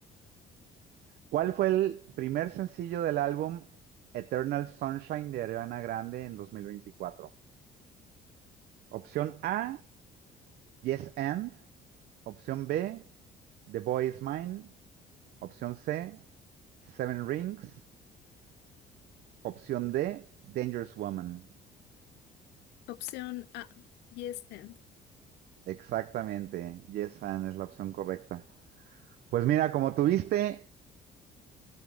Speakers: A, on the right; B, on the left.
A: ¿Cuál fue el primer sencillo del álbum Eternal Sunshine de Ariana Grande en 2024? Opción A, Yes and. Opción B, The Boy Is Mine. Opción C, Seven Rings. Opción D, Dangerous Woman.
B: Opción A, Yes and.
A: Exactamente, Yesan es la opción correcta. Pues mira, como tuviste,